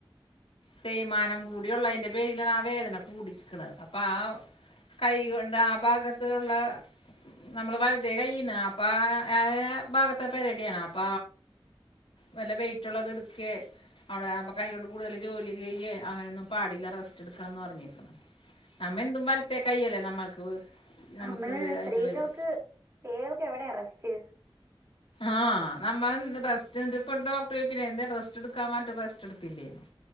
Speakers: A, on the left; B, on the right.
A: തേയ്മാനം കൂടിയുള്ളതിന്റെ പേരിലാണ് ആ വേദന കൂടിക്കണത് അപ്പൊ ആ കൈ കൊണ്ട് ആ ഭാഗത്ത് ഒള്ള നമ്മളെ വലത്തേ കൈയ്ണ് ആ അപ്പ ആ ഭാഗത്തെ പെരടി ആണ് അപ്പ വല്ല വെയിറ്റൊള്ളത് എടുക്കേ അവിടെ <unintelligible> കൈ കൊണ്ട് കൂടുതല് ജോലി ചെയ്യേ അങ്ങനൊന്നും പാടില്ല റസ്റ്റ് എടുക്കണംന്ന് പറഞ്ഞേക്കണ് നമ്മ എന്തും വലത്തെേ കയ്യല്ലേ നമ്മൾക്ക് <unintelligible> നമുക്കിത്
B: നമ്മള് സ്ത്രീകൾക്ക്
A: ആയിട്ട് വരും
B: സ്ത്രീകൾക്ക് എവിടെയ റസ്റ്റ്
A: ആഹ് നമ്മള് റെസ്റ്റ് എന്നിട്ട് ഇപ്പ ഡോക്ടർ ചോദിക്കണ് എന്തേ റസ്റ്റ് എടുക്കാൻ പറഞ്ഞിട്ട് റസ്റ്റ് എടുത്തില്ലേന്ന്